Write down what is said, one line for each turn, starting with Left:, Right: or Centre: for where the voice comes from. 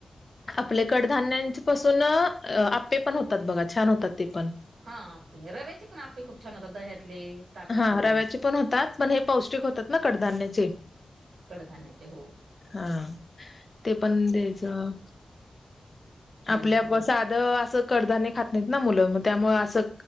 Left: आपले कडधान्यां पासून आप्पे पण होतात बघा छान होतात ते पण.
Right: हा रव्याचे पण आप्पे खूप छान होत दह्यातले. ताकातले
Left: हा रव्याचे पण होतात पण हे पौष्टिक होतात ना कडधान्याचे.
Right: कडधान्याचे हो.
Left: हा ते पण द्यायचं.
Right: हम्म
Left: आपल्या साध असं कडधान्य खात. नाही ना मुलं मग त्यामुळे असं